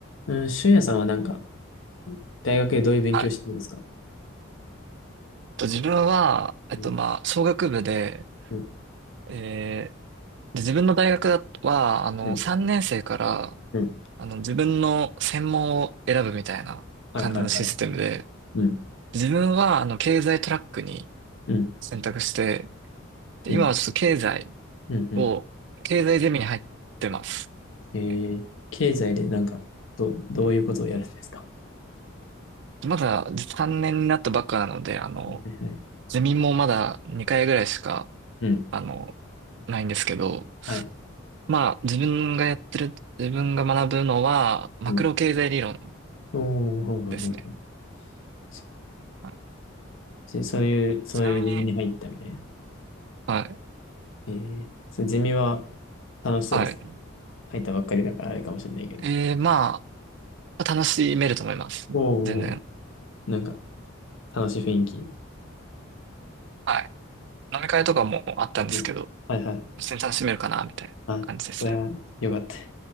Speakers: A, on the left; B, on the right.
A: うん、俊也さんはなんか、大学でどういう勉強してるんですか
B: はい。えっと、自分は、えっと、
A: うん、
B: まあ、商学部で、
A: うん、
B: えーで、自分の大学だは、あの、
A: うん、
B: 3年生から、
A: うん。
B: あの、自分の専門を選ぶみたいな感じのシステムで、
A: はいはいはいはい。うん、
B: 自分は、あの、経済トラックに
A: うん、
B: 選択して、で今はちょっと経済
A: うん、うん、う
B: を、経済ゼミに入ってます。
A: ん。えー、
B: ね
A: 経済でなんか、ど、どういうことをやるんですか
B: まだ3年になったばっかなので、あの、
A: はいはい。
B: ゼミもまだ2回ぐらいしか
A: うん、
B: あの、ないんですけど、
A: はい。
B: まあ、自分がやってる、自分が学ぶのは、マクロ経済理論
A: うん。おー、ほうほうほうほう。
B: ですね。
A: そう。
B: はい。
A: じそういう、そういうゼミに入ったみたいな。
B: ちなみに、はい、
A: えー、そのゼミは楽しそうです。
B: はい。
A: 入ったばっかりだからあれかもしれないけど。
B: えー、まあ、楽しめると思います。
A: おー、
B: 全然。
A: なんか、楽しい雰囲気。
B: はい。飲み会とかもあったんですけど、
A: うん。はいはい。
B: 普通に楽しめるかな、みたいな感じですね。
A: あ、それは良かった。だ